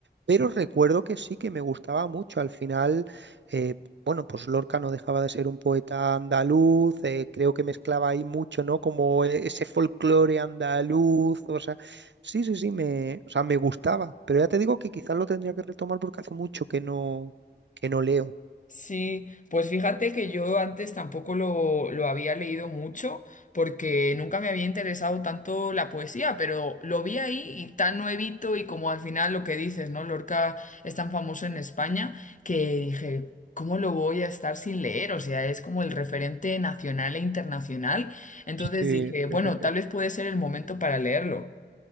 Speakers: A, on the right; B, on the left.
A: pero recuerdo que sí que me gustaba mucho. Al final... eh, bueno, pues Lorca no dejaba de ser un poeta andaluz, eh, creo que mezclaba ahí mucho, ¿no? Como e- ese folclore andaluz, o sea, sí, sí, sí, me, o sea, me gustaba, pero ya te digo que quizás lo tendría que retomar porque hace mucho que no, que no leo.
B: Sí, pues fíjate que yo antes tampoco lo, lo había leído mucho porque nunca me había interesado tanto la poesía, pero lo vi ahí y tan nuevito y como al final lo que dices, ¿no? Lorca es tan famoso en España que dije, ¿cómo lo voy a estar sin leer? O sea, es como el referente nacional e internacional. Entonces
A: Sí,
B: dije,
A: sí,
B: bueno,
A: sí, sí.
B: tal vez puede ser el momento para leerlo.